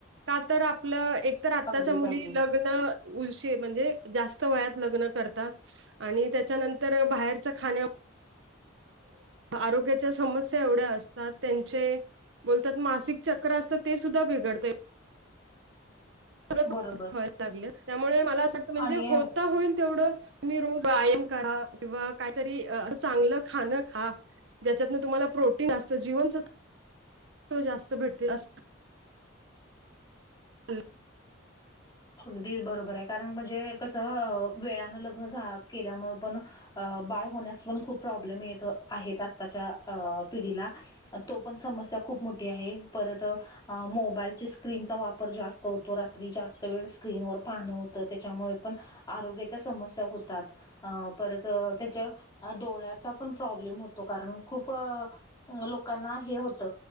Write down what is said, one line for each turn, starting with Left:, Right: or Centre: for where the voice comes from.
Right: का तर आपलं एकत आत्ताच्या
Left: अगदीच
Right: मुली
Left: अगदीच
Right: लग्न उ म्हणजे जास्त वया लग् करतात आणि त्याच्यानंतर बाहेरच खा आरोग्याच्या समस्या एवढ्या असतात त्यांचे बोलतात मासिक चक्र असतं ते सुद्धा बिघडत ्ले
Left: बरोबर
Right: व्हायला लागले त्यामुळे मला असं वाटतं म्हणजे
Left: आणि
Right: होता होईल तेवढं तुम्ही रोज कायाम करा किंवा काहीतरी चांगलं खाणं खा ज्याच्यातून तुम्हाला प्रोटीन असत जीवनच जास्त भेटतील अस हम
Left: अगदी बरोबर आहे कारण म्हणजे कसं वेळानं लग्न झा केल्यामुळं पण अ बाळ होण्यास पण खूप प्रॉब्लेम येत आहेत आत्ताच्या अ पिढीला तो पण समस्या खूप मोठी आहे परत अ मोबाईलच्या स्क्रीनचा वापर जास्त होतो रात्री जास्त वेळ स्क्रीनवरर पानं होतं त्याच्यामुळे पण आरोग्याच्या समस्या होतात अ परत त्याच्या डोळ्याचा पण प्रॉब्लेम होतो कारण खूप अ लोकांना हे होत